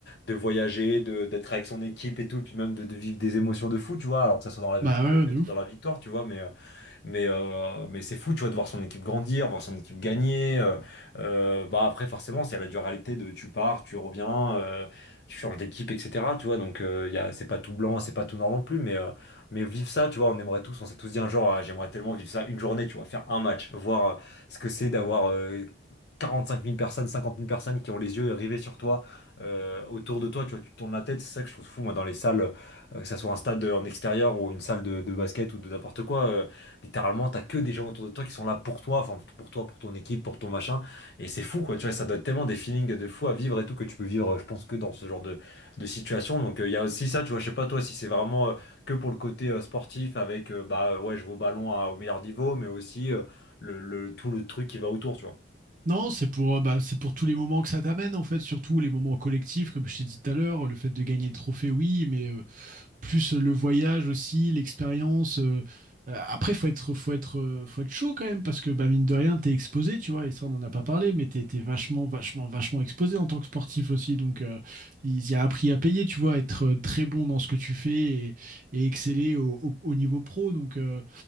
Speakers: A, on the left; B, on the right.
A: de voyager, de, d'être avec son équipe et tout, puis même de, de vivre des émotions de fou, tu vois, alors que ça soit dans la
B: Bah
A: défaite
B: ouais, de ouf.
A: ou dans la victoire, tu vois, mais euh, mais, euh, mais c'est fou, tu vois, de voir son équipe grandir, voir son équipe gagner. euh, euh, bah après, forcément, c'est la dualité de tu pars, tu reviens, euh, tu changes d'équipe, etc. Tu vois, donc euh, y a, c'est pas tout blanc, c'est pas tout noir non plus, mais, euh, mais vivre ça, tu vois, on aimerait tous, on s'est tous dit un jour, Ah, j'aimerais tellement vivre ça une journée, tu vois, faire un match, voir euh, ce que c'est d'avoir euh, 45 000 personnes, 50 000 personnes qui ont les yeux rivés sur toi, euh, autour de toi, tu vois, tu tournes la tête, c'est ça que je trouve fou, moi, dans les salles, euh, que ça soit un stade en extérieur ou une salle de, de basket ou de n'importe quoi. euh, Littéralement, t'as que des gens autour de toi qui sont là pour toi, enfin pour toi, pour ton équipe, pour ton machin. Et c'est fou, quoi. Tu vois, ça doit être tellement des feelings de fou à vivre et tout que tu peux vivre, euh, je pense, que dans ce genre de, de situation. Donc, euh, il y a aussi ça, tu vois. Je sais pas, toi, si c'est vraiment euh, que pour le côté euh, sportif avec, euh, bah, euh, ouais, je vais au ballon à- au meilleur niveau, mais aussi euh, le, le- tout le truc qui va autour, tu vois.
B: Non, c'est pour, euh, bah, c'est pour tous les moments que ça t'amène, en fait, surtout les moments collectifs, comme je t'ai dit tout à l'heure, le fait de gagner le trophée, oui, mais. euh, plus le voyage aussi, l'expérience. euh, euh, après, faut être, faut être, euh, faut être chaud quand même parce que bah, mine de rien, t'es exposé, tu vois. Et ça, on n'en a pas parlé, mais t'es, t'es vachement, vachement, vachement exposé en tant que sportif aussi. Donc, euh, il y a un prix à payer, tu vois, être euh, très bon dans ce que tu fais et, et exceller au, au- au niveau pro. Donc, euh,